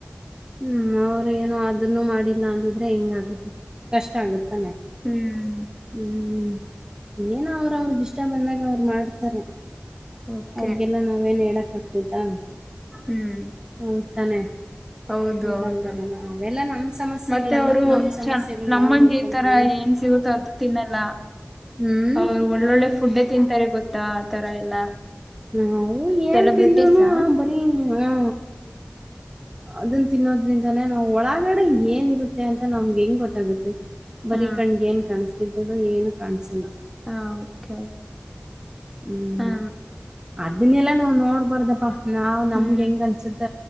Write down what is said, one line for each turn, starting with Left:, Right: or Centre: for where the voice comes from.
Right: ಹ್ಮ್ ಅವರು ಏನೋ ಅದನ್ನು ಮಾಡಿಲ್ಲ ಅಂದಿದ್ರೆ ಹಿಂಗಗುತ್ತೆ ಕಷ್ಟ ಆಗುತ್ತಾನೆ
Centre: ಹ್ಮ್
Right: ಹ್ಮ್ ಏನೋ ಅವ್ರ ಅವ್ರಗ್ ಇಷ್ಟ ಬಂದಾಗ ಅವ್ರು ಮಾಡ್ತಾರೆ
Centre: ಓಕೆ
Right: ಅವ್ರಿಗೆಲ್ಲ ನಾವೇನು ಹೇಳಕ ಆಗ್ತದಾ
Centre: ಹ್ಮ್
Right: ಹ ತಾನೆ
Centre: ಹೌದು
Right: ಹೇಳಕ್
Centre: ಹೌದು
Right: ಬರಲ್ಲ ಅವೆಲ್ಲಾ ನಮ್ ಸಮಸ್ಯೆಗಳೆಲ್ಲ
Centre: ಮತ್ತೆ ಅವರು
Right: ನಮ್ ಸಮಸ್ಯೆಗಳು
Centre: ಚ ನಮ್ಮಂಗ
Right: ನಾವವು ನೋಡ್ಕೊಂಡ್ರೆ
Centre: ಈ ತರ ಏನ್ ಸಿಗುತ್ತ ಅದದು ತಿನ್ನಲ್ಲ
Right: ಹ್ಮ್
Centre: ಅವರು ಒಳ್ಳೊಳ್ಳೆ ಫುಡ್ ತಿನ್ಂತಾರೆ ಗೊತ್ತಾ ಆ ತರ ಎಲ್ಲ
Right: ನವು ಏನ್
Centre: ಸೆಲೆಬ್ರಿಟೀಸ್
Right: ತಿಂದನು
Centre: ಹಾ
Right: ಬರಿ ಹ ಅದನ್ನ ತಿನ್ನೋದ್ರಿಂದಾನೇ ನಾವು ಒಳಗಡೆ ಏನಿರುತ್ತೆ ಅಂತ ನಮ್ಗೆ ಹೆಂಗ್ ಗೊತ್ತಾಗುತ್ತೆ ಬರೀ
Centre: ಹಾ
Right: ಕಣ್ಗೇನ್ ಕಾಣಿಸ್ತಿದಡು ನೀನು ಕಾಣಸಿಲ್ಲ
Centre: ಹಾ ಓಕೆ
Right: ಹ್ಮ್
Centre: ಹಾ
Right: ಅದನ್ನೆಲ್ಲ ನಾವವು ನೋಡ್ಬಾರ್ದಪ್ಪಾ ನಾವವು ನಮ್ಗೆ
Centre: ಹ್ಮ್
Right: ಹೆಂಗ್ ಅನ್ಸುತ್ತ